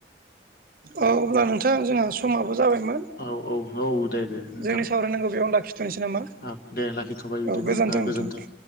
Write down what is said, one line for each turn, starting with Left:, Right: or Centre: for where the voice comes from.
Right: औ अब्ला नोंथां जोंहा समाबो जाबायमोन
Left: औ औ औ दे दे नोंथां
Right: जोंनि सावरायनांगौ बेयावनो लाखिथ'नोसै नामा
Left: औ दे लाखिथ'बाय बिदिबा
Right: औ नोंथां
Left: गोजोन्थों